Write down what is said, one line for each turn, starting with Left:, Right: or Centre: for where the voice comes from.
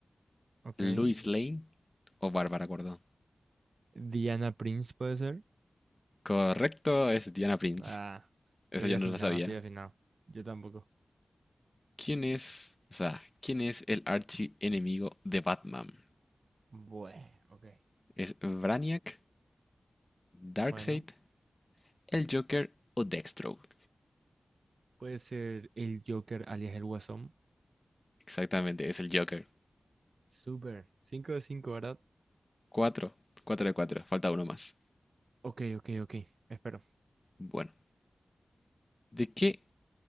Right: ok.
Left: Lois Lane o Bárbara Gordon?
Right: Diana Prince puede ser.
Left: Correcto, es Diana Prince.
Right: Ah,
Left: Esa
Right: estoy
Left: yo
Right: afinado,
Left: no la sabía.
Right: estoy afinado. Yo tampoco.
Left: ¿Quién es, o sea, quién es el archienemigo de Batman?
Right: Bueno, ok.
Left: ¿Es Brainiac, Darkseid,
Right: Bueno,
Left: el Joker o Deathstroke?
Right: puede ser el Joker alias el Guasón.
Left: Exactamente, es el Joker.
Right: Súper. cinco de cinco ¿verdad?
Left: Cuatro, cuatro de cuatro, falta uno más.
Right: Ok, ok, ok. Espero.
Left: Bueno, ¿de qué